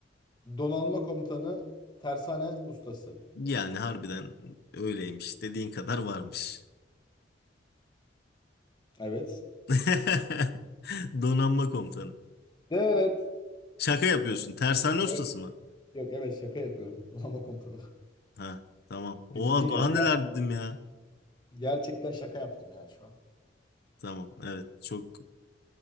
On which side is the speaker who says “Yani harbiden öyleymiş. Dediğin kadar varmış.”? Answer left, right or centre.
Left